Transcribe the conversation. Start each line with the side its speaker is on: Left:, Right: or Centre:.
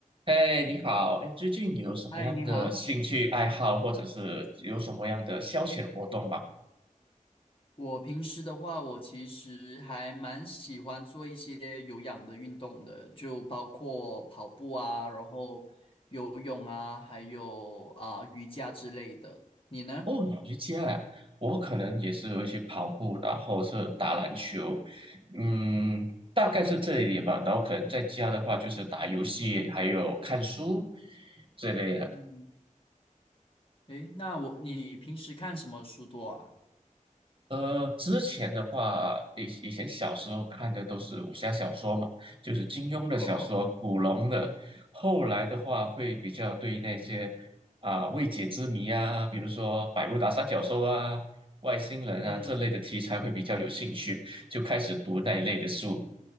Right: 哎，你好，哎，最近有什么样的兴趣爱好，
Left: 嗨，你好。
Right: 或者是有什么样的消遣活动吗？
Left: 我平时的话，我其实还蛮喜欢做一些有氧的运动的，就包括跑步啊，然后游泳啊，还有啊、瑜伽之类的。你呢？
Right: 哦，瑜伽啊，我可能也是会去跑步，然后是打篮球，嗯，大概是这一点吧。然后可能在家的话，就是打游戏，还有看书这类的。
Left: 嗯，诶，那我，你平时看什么书多啊？
Right: 呃，之前的话，以以前小时候看的都是武侠小说嘛，就是金庸的小说、
Left: <laughs> 哦，
Right: 古龙的。后来的话，会比较对那些啊、未解之谜啊，比如说百慕达三角洲啊、外星人啊这类的题材会比较有兴趣，
Left: 嗯
Right: 就开始读那一类的书。
Left: 嗯